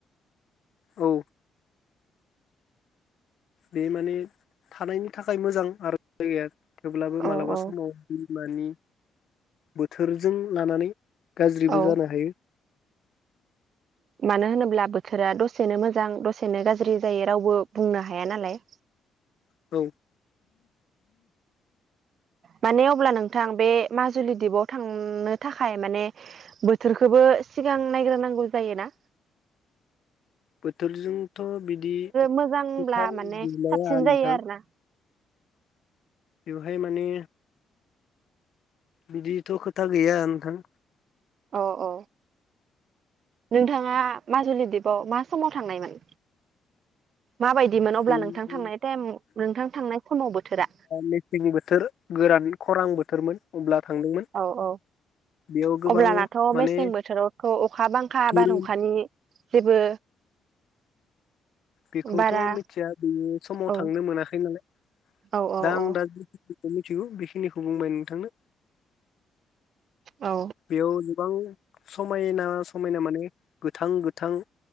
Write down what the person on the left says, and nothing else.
औ बे माने थानायनि थाखाय मोजां आरो दैया थेवब्लाबो
मालाबा
समाव दैमानि बोथोरजों लानानै गाज्रिबो
जानो हायो
औ
बोथोरजोंथ' बिदि खोथा
गैलाया
नोंथां।
बेवहाय माने बिदिथ' खोथा गैया नोंथां।
जेब्ला
मेसें बोथोर गोरान खरां बोथोरमोन अब्ला थांदोंमोन
बेयाव गोबां
माने
धोरोम
बेखौथ'
मिथिया बे समाव
थांनो मोनाखै नालाय
दा आं
दा मिथिगौ बेखिनिखौ बुंबाय नोंथांनो।
बेयाव गोबां। समायना-समायना माने गोथां-गोथां